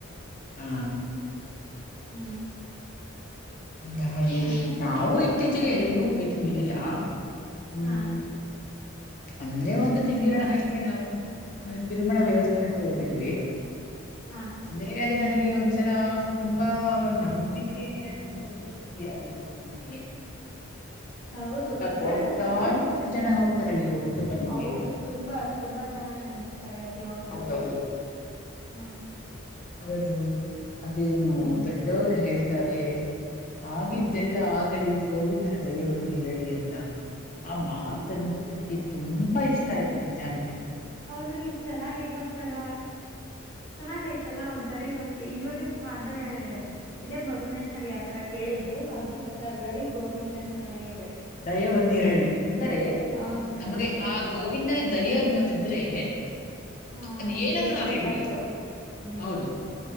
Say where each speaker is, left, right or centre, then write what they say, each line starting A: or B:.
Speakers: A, on the left; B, on the left.
A: ಹಾ.
B: ಹ್ಮ್
A: ಅ ಹಾಗೆ
B: ಮತ್ತೆ
A: ನಾವು ಇತ್ತೀಚಿಗೆ
B: ಹ್ಮ್
A: ಎಲ್ಗೂ ಭೇಟಿ ನೀಡಿಲ್ಲ ಹ್ಮ್.
B: ಹಾ
A: ಅಂದ್ರೆ ಒಂದು ತಿಂಗಿಣ ಅಷ್ಟೇ ನಾವು ಒಂದು ತಿರುಮಳ
B: ಹಾ
A: ದೇವಸ್ಥಾನಕ್ಕೆ ಹೋಗಿದ್ವಿ.
B: ಹಾ
A: ಅಂದ್ರೆ ಅದು ನನಗೆ ಒಂದ್ಸರ ತುಂಬಾ ನಂಬಿಕೆ ನಂಬಿಕೆ ಜಾಸ್ತಿ.
B: ಹೌದು ಅಂದ್ರೆ
A: ಕೊಟ್ಟಂತ
B: ಅದ
A: ಜನ ಹೋಗ್ತಾರೆ. ರಲ್ಲಿ ಗೊತ್ತುಟ ನಿಮ್ಗೆ.
B: ಹೌದು ತುಂಬಾ ತುಂಬಾ ಜನ ನೆನೆಸ್ತಾರೆ ಆ ದೇವ್ರನ್ನ
A: ಹೌದೌದು
B: ಹ್ಮ್.
A: ಹೌದು ಅದೇನು
B: ಹ್ಮ್
A: ದೊಡ್ಡವರು ಹೇಳ್ತಾರೆ. ಆಗಿದ್ದೆಲ್ಲ
B: ಹ್ಮ್
A: ಆಗಲಿ ಗೋವಿಂದನ ದಯೆ ಒಂದು ಇರಲಿ ಅಂತ. ಆ ಮಾತಂತೂ ನನಗೆ ತುಂಬಾ ಇಷ್ಟ ಆಯ್ತು ನಿಜ ಅಂದ್ರೆ.
B: ಹೌದು ಇಷ್ಟು ಚೆನ್ನಾಗಿ ಒಂತರ. ಚೆನ್ನಾಗಯ್ತಲ್ಲ ಒಂಥರ ಇವಕ್ಕೆ ಇವಾಗ ಅಂದ್ರೆ. ಇದೇ ಮೊದಲ್ನೇ ಸರಿ ಆತರ ಕೇಳಿದ್ದು ಆಗಿದ್ದ ಗಗಳಿ ಗೋವಿಂದನ ದಯೆಯಿದೆ.
A: ದಾಯೆ ಒಂದು ಇರಲಿ ಅಂದರೆ
B: ಹೌದು
A: ನಮಗೆ
B: ಹೌದು
A: ಆ ಗೋವಿಂದನ ದಯೆ ಅನ್ನೋದು. ಇದ್ರೆ
B: ಹೌದು
A: ಅದು ಏನಾದ್ರು
B: ಏನ್
A: ಹಾಗಲಿ
B: ಬೇಕಾದ್ರು
A: ಬಿಡಿ
B: ಹ್ಮ್
A: ಹೌದು.